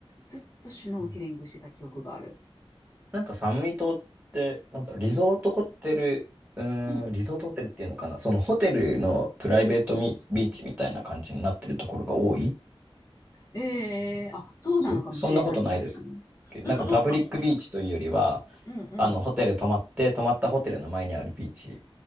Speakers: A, on the left; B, on the right.
A: ずっとシュノーケリングしてた記憶がある。
B: そうなんかサムイ島って、なんだ、リゾートホテル、
A: うん、
B: うーん、
A: うん、
B: リゾートホテルっていうのかな、そのホテルのプライベートミビーチみたいな感じになってるところが多いで
A: うん、うん。ええーあ、そうなのかもしれない、
B: すそんなことないです。
A: 確かに。なんかそうかも。
B: なんかパブリックビーチというよりは、
A: うん、うん。
B: あの、ホテル泊まって、泊まったホテルの前にあるビーチ